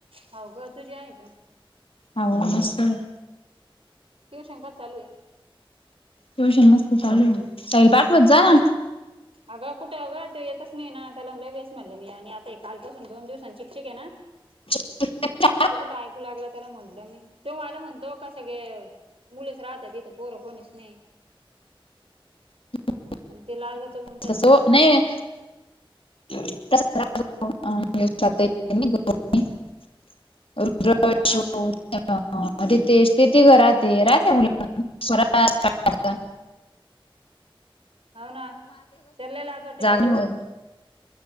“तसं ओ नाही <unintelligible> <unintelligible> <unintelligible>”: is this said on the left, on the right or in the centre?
Left